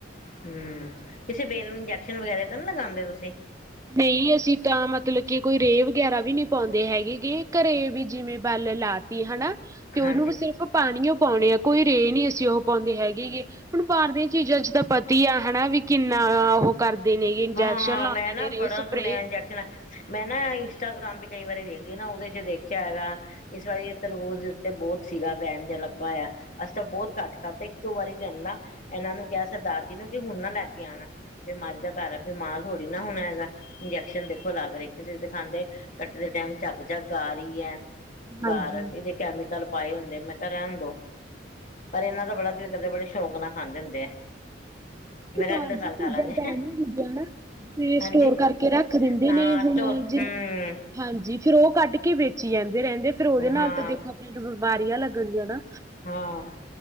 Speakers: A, on the left; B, on the right.
A: ਹਮ ਕਿਸੇ ਬੇਲ ਨੂੰ ਨੀ ਜਾਣਾ ਵਗੈਰਾ ਤਾਂ ਨਹੀਂ ਲਗਾਉਂਦੇ ਤੁਸੀਂ
B: ਨਹੀਂ ਅਸੀਂ ਤਾਂ ਮਤਲਬ ਕਿ ਕੋਈ ਰੇਹ ਵਗੈਰਾ ਵੀ ਨਹੀਂ ਪਾਉਂਦੇ ਹੈਗੇਗੇ ਘਰੇ ਵੀ ਜਿਵੇਂ ਬੱਲ ਲਾ ਤ ਹਨਾ ਤੇ ਉਹਨੂੰ
A: ਹਾਂਜੀ
B: ਵੀ ਸਿਰਫ ਪਾਣੀਓ ਪਾਉਣੇ ਆ ਕੋਈ ਰੇ ਨੀ ਅਸੀਂ ਉਹ ਪਾਉਂਦੇ ਹੈਗੇ ਗ ਹੁਣ ਬਾਹਰ ਦੇ ਚੀਜ਼ਾਂ ਚ ਤਾਂ ਪਤੀ ਆ ਹੈਣਾ ਵੀ ਕਿੰਨਾ ਉਹ ਕਰਦੇ ਦਨ ਇੰਜੈਕਸ਼ਨ
A: ਹਾਂ
B: ਲਾਉਂਦੇ
A: ਮੈਂ ਨਾ
B: ਨੇ
A: ਬੜਾ
B: ਰੇਹ ਸਪਰੇ
A: ਸੁਣਿਆ ਇੰਜੈਕ ਮੈਂ ਨਾ ਇੰਸਟਾਗ੍ਰਾਮ ਵੀ ਕਈ ਵਾਰੀ ਦੇਖਦੀ ਨਾ ਉਹਦੇ ਚ ਦੇਖਿਆ ਹੈਗਾ ਇਸ ਵਾਰੀ ਤਰਬੂਜ਼ ਦੇ ਉੱਤੇ ਬਹੁਤ ਸੀਗਾ ਬੈਂਨ ਜਿਹਾ ਲੱਗਾ ਹੋਇਆ ਅਸੀਂ ਤਾਂ ਬਹੁਤ ਘੱਟ ਖਾਧ ਇੱਕ ਦੋ ਵਾਰੀ ਲੈਂਦਾ ਇਹਨਾਂ ਨੂੰ ਕਿਹਾ ਸਰਦਾਰ ਜੀ ਨੂੰ ਕਿ ਹੁਣ ਨਾ ਲੈ ਕੇ ਆਉਣਾ ਬਿਮਾਰੀ ਦਾ ਕਾਰਨ ਬਿਮਾਰ ਥੋੜੀ ਨਾ ਹੋਣਾ ਹੈਗਾ ਇੰਜੈਕਸ਼ਨ ਦੇਖੋ ਲੱਗ ਰਹੇ ਕਿਸੇ ਦੇ ਖਾਂਦੇ ਰੋਟੀ ਦੇ ਟਾਈਮ ਝੱਗ ਝੱਗ ਆ ਰਹੀ ੲੈ। ਬਾਹਰ
B: ਹਾਂਜੀ
A: ਇਹਦੇੇ ਕੈਮੀਕਲ ਪਾਏ ਹੁੰਦੇ ਮੈਂ ਕਿਹਾ ਰਹਿਣ ਦੋ। ਪਰ ਇਹਨਾਂ ਦਾ ਬੜਾ ਦਿਲ ਕਰਦੇ ਬੜੇ ਸ਼ੌਕ ਨਾਲ ਖਾਂਦੇ ਹੁੰਦੇ ਏ। ਮੈਂ
B: ਇਹ
A: ਕਿਹਾ
B: ਬਾਹਰ
A: ਅਗਲੇ ਸਾਲ
B: ਦੀ
A: ਖਾ
B: ਚੀਜ਼ਾਂ
A: ਲਾਂਗੇ।
B: ਪੈਣੀ ਤੇ
A: ਹਾਂਜੀ
B: ਸਟੋਰ ਕਰਕੇ ਰੱਖ ਦਿੰਦੇ
A: ਹਾਂ
B: ਨੇ ਹੁਣ
A: ਸੋ
B: ਜਿ
A: ਹੂੰ
B: ਹਾਂਜੀ ਫੇਰ ਉਹ ਕਾਡ ਕੇ ਵੇਚੀ ਜਾਂ ਦੇ ਰਹਿੰਦੇ ਫਿਰ ਉਹਦੇ ਨਾਲ
A: ਹਾਂ
B: ਤਾਂ ਦੇਖੋ ਆਪਣੀ ਵਾਰੀਆਂ ਲੱਗਣਗੀਆਂ ਨਾ।
A: ਹਾਂ